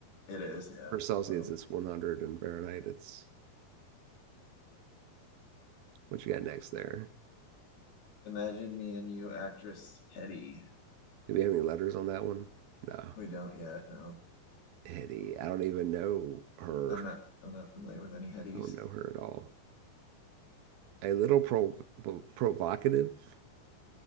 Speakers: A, on the left; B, on the right.
A: It is, yeah,
B: For Celsius
A: boil.
B: it's 100 and Fahrenheit it's What you got next there?
A: Imagine me and you, actress Hetty.
B: Do we have any letters on that one? No.
A: We don't yet, no.
B: Hetty, I don't even know her.
A: I'm
B: <laughs>
A: not I'm not familiar with any Hettys.
B: I don't know her at all. A little prov provocative. A